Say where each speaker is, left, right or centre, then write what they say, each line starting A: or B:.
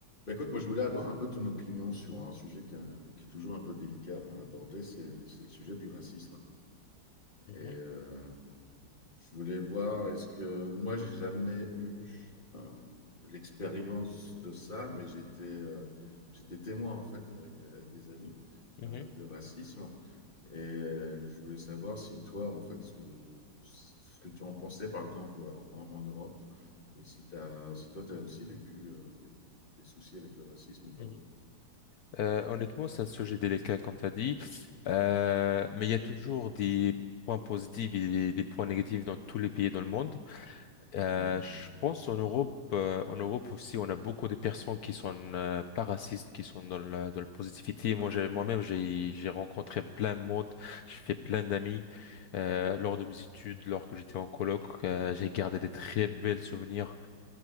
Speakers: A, on the left (about 30°); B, on the left (about 70°).
A: Bah, écoute, moi je voulais avoir un peu ton opinion sur un sujet qui, euh, qui est toujours un peu délicat à aborder, c'est c'est le sujet du racisme.
B: Mhm,
A: Et euh, je voulais voir, est-ce que moi j'ai jamais eu euh, l'expérience de ça, mais j'étais euh, j'étais témoin en fait avec, des- avec des amis
B: mhm,
A: euh, de racisme. Et euh, je voulais savoir si toi en fait ce que ce que tu en pensais par exemple en, en Europe et si t'as si toi tu as aussi vécu euh, des, des soucis avec le racisme ou pas.
B: mhm. Euh, honnêtement, c'est un sujet délicat, comme tu as dit, Euh, mais il y a toujours des points positifs et des, des points négatifs dans tous les pays dans le monde. Euh,
A: Oui.
B: je pense en Europe, euh, en Europe aussi, on a beaucoup de personnes qui sont euh, pas racistes, qui sont dans la, dans la positivité. Moi, j'ai, moi-même, j'ai, j'ai rencontré plein de monde, j'ai fait plein d'amis euh, lors de mes études, lors que j'étais en coloc. Euh, j'ai gardé des très belles souvenirs